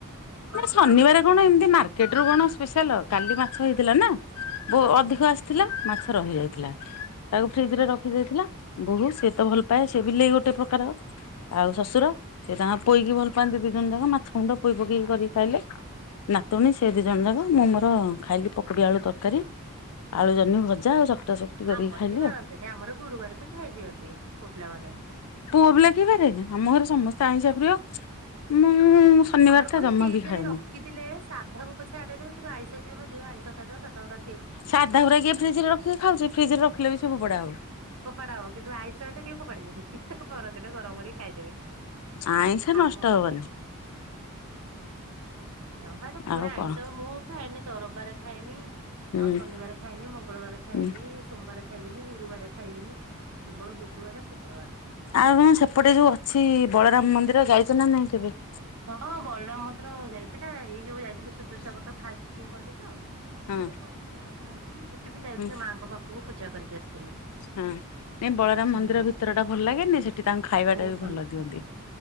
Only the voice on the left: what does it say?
ଶନିବାରେ
ଏମିତି
ମାର୍କଟରେ କଣ ସ୍ପେସିଆଲ। କାଲିମାଛହେଇଥିଲା ନା ଓ
ଅଧିକଆସିଥିଲା ମାଛରହିଯାଇଥିଲା ଆଉ ଫ୍ରୀଜୀରେ ରଖି। ଫ୍ରୀ ଇ ଥିଲା ବୋହୁ ସିଏତ ଭଲପାଏ ସେ ବିଲେଇ ଗୋଟେପ୍ରକାରର। ଆଉ ଶଶୁର
ସେ ତାଙ୍କ ପୋଇକି ଭଲପାନ୍ତି
ଦିଜଣଯାକ ମାଛମୁଣ୍ଡ ପୋଇ ପକେଇକି କରିକି ଖାଇଲେ। ନାତୁଣୀ ସେ ଦିଜଣଯାକ ମୁଁ ମୋର ଖାଇଲିକୋବିଆଳୁ ତରକାରୀ। ଆଳୁ ଜହ୍ନି ଭଜା ଆଉ ଚକଟା ଚକଟି
କରିକି
ଖାଇଲି
ଆଉ
ପୁଅପିଲା କେହିବାରେନି ଆମଘରେ ସମସ୍ତେ ଆଇନ୍ସ ପ୍ରିୟ। ମୁଁ ଶନିବାର
ଟା
ଜମା
ବି ଖାଏନି।
ସାଧଗୁରା କିଏ ଫ୍ରୀଜିରେ ରଖିକିଖାଉଛି ଫ୍ରିଜ୍ ରେ ରଖିଲେବି ଫୋପଡାହବ।
ଆଇଁସ ନଷ୍ଟ
ହବନି।
ଆଉ କଣ
ହୁଁ
ହୁଁ
ଆଉଁ ସେପଟେ ଯୋଉଅଛି ବଳରାମ ମନ୍ଦିର ଯାଇଚ ନା ନାଇଁ କେବେ।
ହଁ
ହୁଁ
ହଁ ନାଇଁ ବଳରାମ
ମନ୍ଦିର ଭିତର ଟା ଭଲ ଲାଗେନି ସେଠି ତାଙ୍କୁ ଖାଇବା
ଟା ବି ଭଲ ଦିଅନ୍ତି